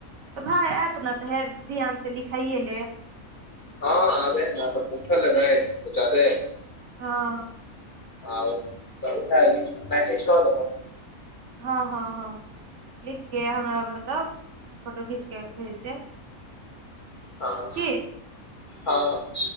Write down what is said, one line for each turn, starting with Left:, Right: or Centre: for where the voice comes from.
Right: तऽ भाय एत ने तऽ हे ध्यान से लिखाइए लेब?
Left: हँ आबे है ने तऽ पूछो लेबै अच्छा से।
Right: हँ।
Left: आइ तऽ उ कैल मैसेज कऽ देबौ।
Right: हँ हँ हँ लिखके हमरा मतलब फोटो घीचके भेज देब।
Left: हँ
Right: कि
Left: हँ